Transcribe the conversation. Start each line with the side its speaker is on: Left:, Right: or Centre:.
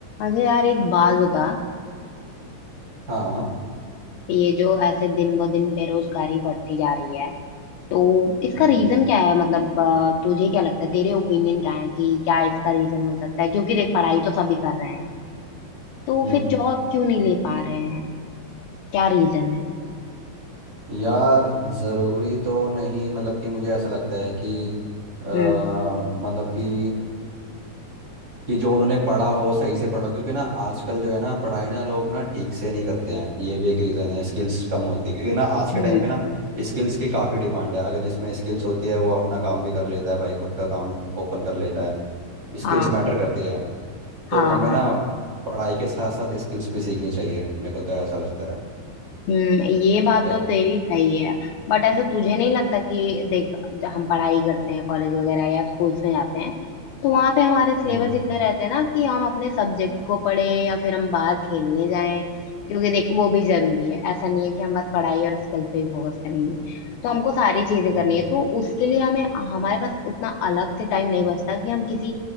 Left: अच्छा यार एक बात बता
Right: हाँ
Left: ये जो ऐसे दिन ब दिन बेरोजगारी बढ़ती जा रही है तो इसका
Right: हम्म
Left: रीजन क्या है मतलब अ, तुझे क्या लगता है तेरे ओपिनियन क्या है कि क्या इसका रीजन हो सकता है क्योंकि देख पढ़ाई तो सभी कर रहे हैं तो
Right: हम्म
Left: फिर जॉब क्यों नहीं ले पा रहे हैं क्या रीजन है
Right: यार ज़रूरी तो नहीं मतलब कि मुझे ऐसा लगता है कि अ, मतलब
Left: हम्म
Right: कि कि जो उन्होंने पढ़ा हो सही से पढ़ा हो, क्योंकि ना आजकल जो है ना पढ़ाई ना लोग ना ठीक से नहीं करते हैं ये भी एक रीज़न है स्किल्स कम होती है क्योंकि ना आज के
Left: हम्म
Right: टाइम पे ना स्किल्स की काफ़ी डिमांड है अगर जिसमें स्किल्स होती है वो अपना काम भी कर लेता है भाई खुद का काम ओपन कर लेता है स्किल्स
Left: हाँ
Right: मैटर करती है तो
Left: हाँ
Right: हमें
Left: हाँ
Right: ना पढ़ाई के साथ साथ स्किल्स भी सीखनी चाहिए मेरे को तो ऐसा लगता है
Left: हम्म ये बात
Right: यार
Left: तो तेरी सही है बट ऐसा तुझे नहीं लगता कि देख जब हम पढ़ाई करते हैं कॉलेज वगैरह या स्कूल्स में जाते हैं तो वहां पे हमारे सिलेबस
Right: हम्म
Left: इतने रहते हैं ना कि हम अपने सब्जेक्ट को पढ़े या फिर हम बाहर खेलने जाएं क्योंकि देख वो भी जरूरी है ऐसा नहीं है कि हम बस पढ़ाई और स्किल पे ही फोकस करेंगे तो हमको सारी चीजें
Right: हम्म
Left: करनी है तो उसके लिए हमें हमारे पास उतना अलग से टाइम नहीं बचता कि हम किसी